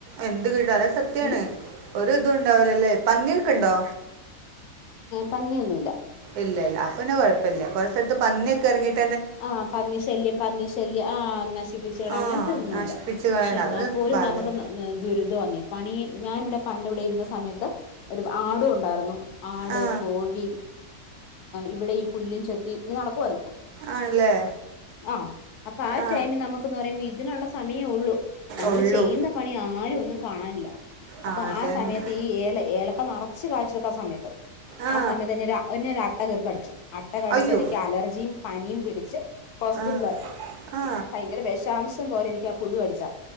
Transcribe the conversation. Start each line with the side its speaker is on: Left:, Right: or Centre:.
Right: എന്ത് കിട്ടും അത് സത്യമാണ്
Left: ഉം
Right: ഒരു ഇതും ഉണ്ടാവില്ലല്ലേ പന്നിയൊക്കെ ഉണ്ടോ
Left: പന്നിയൊന്നുമില്ല
Right: ഇല്ലയില്ല അപ്പോൾപ്പിന്നെ കുഴപ്പം ഇല്ല കുറെ സ്ഥലത്ത് പന്നിയൊക്കെ ഇറങ്ങീട്ട്
Left: ആഹ് പന്നി ശല്യം പന്നി ശല്യം ആഹ് നശിപ്പിച്ച് കളയുക
Right: ആ
Left: അങ്ങനത്തെ ഒന്നുമില്ല
Right: നശിപ്പിച്ച് കളയുന്ന
Left: പക്ഷേ എന്നാൽ
Right: അതൊരു
Left: പോലും
Right: ഭാഗ്യം
Left: നമുക്ക് ദുരിതമാണെന്നെ പണിയും ഞാൻ ഇവിടെ പണ്ട് ഇവിടെ ഇരുന്ന സമയത്ത് ഒരു ആടും ഉണ്ടായിരുന്നു ആട്
Right: ആ
Left: കോഴി ഇവിടെ ഈ പുല്ലും ചെത്തി ഇങ്ങനെ നടക്കുവായിരുന്നു
Right: ആണല്ലേ
Left: ആം അപ്പം ആഹ്
Right: ആ
Left: ടൈമിൽ നമുക്കെന്ന്പറയുമ്പം ഇതിനുള്ള സമയമേയുള്ളൂ നമ്മൾ
Right: ഉള്ളൂ
Left: ചെയ്യുന്ന പണി ആരുമൊന്നും കാണാനില്ല
Right: ആ
Left: അപ്പം
Right: അതന്നെ
Left: ആഹ് സമയത്ത് ഈ ഏലം ഏലക്ക നിറച്ച് നിറച്ച് കായ്ച്ചുകിടക്കണ സമയത്ത്
Right: ആ
Left: ആഹ് സമയത്ത് എന്നെ ഒരു എന്നെ ഒരു അട്ട അട്ട കടിച്ചു അട്ട കടിച്ച്
Right: അയ്യോ
Left: എനിക്ക് അലർജിയും പനിയും പിടിച്ച് ഹോസ്പിറ്റലിൽ
Right: ആ
Left: ആയി
Right: ആ
Left: ഭയങ്കര വിഷ അംശം പോലെ എനിക്ക് പുഴു കടിച്ചതാ